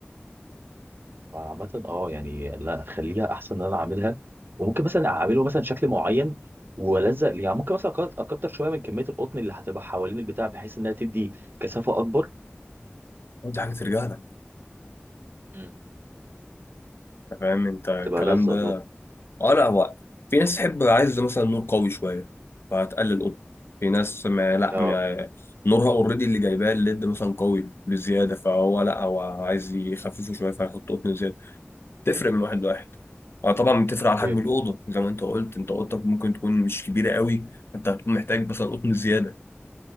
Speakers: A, on the right (about 55°); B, on the left (about 70°).
A: عامة اه يعني لا خليها احسن ان انا اعملها وممكن مثلا اعمله مثلا شكل معين والزق ليه. يعني ممكن مثلا أكت- اكتر شويه من كميه القطن اللي هتبقى حوالين البتاع بحيث انها تدي كثافه اكبر
B: دي حاجه ترجع لك
A: امم
B: انت فاهم انت الكلام
A: تبقى لذة
B: ده
A: اظن
B: اه لا هو في ناس تحب عايز مثلا نور قوي شويه فهتقلل اوضه في ناس ما لا
A: اه
B: ما نورها اوريدي اللي جايباه الليد مثلا قوي بزياده فهو لا هو عايز يخففه شويه فيحط قطن زياده تفرق من واحد لواحد اه طبعا بتفرق
A: اوكي
B: على حجم الاوضه زي ما انت قلت انت اوضتك ممكن تكون مش كبيره قوي انت هتكون محتاج مثلا قطن زياده